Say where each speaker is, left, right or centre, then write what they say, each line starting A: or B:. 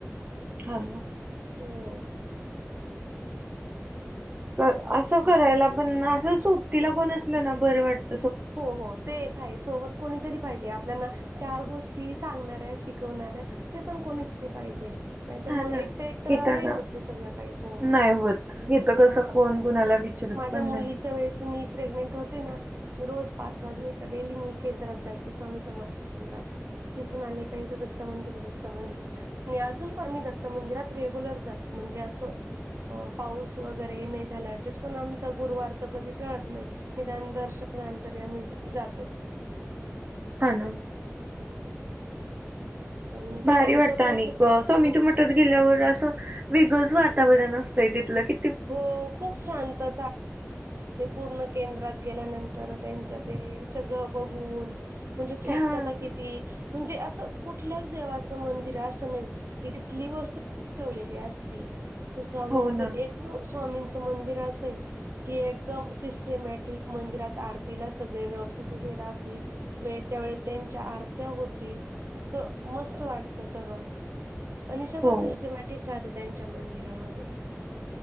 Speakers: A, on the right; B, on the right.
A: हा नव्ह.
B: हो.
A: अं असं करायला पण असं सोबतीला कोण असलं ना बरं वाट
B: हो हो. ते एक आहे, सोबत कोणीतरी पाहिजे आपल्यांना चार गोष्टी सांगणाऱ्या शिकवणाऱ्या. ते पण कोणी तरी पाहिजे. नाहीतर
A: हा
B: मग
A: ना
B: एकटं एकटं
A: इथ
B: नाही
A: ना
B: होत ते सगळं काही हो आणि
A: नाही होत इथं
B: जेव्हा
A: कसं कोण कुणाला विचारत
B: माझ्या
A: पण
B: मुलीच्या
A: नाही
B: वेळेस मी प्रेग्नेंट होते ना मी रोज पाच वाजले का डेली मी केंद्रात जायची, स्वामी समर्थ केंद्रात. तिथून आले का, इथं दत्त मंदिर आहे दत्त मंदिरात. आणि अजून पण मी दत्त मंदिरात रेग्युलर जातो, म्हणजे असं अ पाऊस वगैरे नाही झाला ऍडजस्ट पण आमचा गुरुवार तर कधी टळत नाही. निदान दर्शन आलं तरी आम्ही जातोच.
A: हा ना.
B: हो आणि
A: भारी
B: कसं आमचं
A: वाटतं
B: तर
A: आणि कस्वामीच्या
B: हो
A: मठात गेल्यावर असं विगज वातावरण असतंय तिथलं कि
B: हो खूप शांतता ते पूर्ण केंद्रात गेल्यानंतर त्यांचं ते सगळं बघून म्हणजे स्वच्छता
A: हा
B: की ती म्हणजे असं कुठल्याच देवाचं मंदिर असं नाही, की जिथली वस्तू ठेवलेली असती, तसं स्वामींचं
A: हो ना
B: एकमेव स्वामींचं मंदिर असंय की एकदम सिस्टमॅटिक मंदिरात आरतीला सगळे व्यवस्थित उभे राहतील. वेळच्या वेळी त्यांच्या आरत्या होतील, असं मस्त वाटतं सगळं. आणि सगळं
A: हो
B: सिस्टमॅटिक राहतं त्यांच्या मंदिरामध्ये.